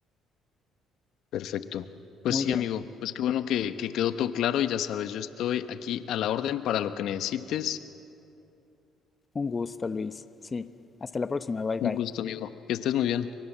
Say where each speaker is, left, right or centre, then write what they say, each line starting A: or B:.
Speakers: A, on the left (about 70°); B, on the left (about 30°).
A: Perfecto. Pues
B: Muy
A: sí,
B: bien,
A: amigo. Pues qué bueno que, que quedó todo claro y ya sabes, yo estoy aquí a la orden para lo que necesites.
B: un gusto, Luis. Sí, hasta la próxima, bye bye.
A: Un gusto, amigo. Que estés muy bien.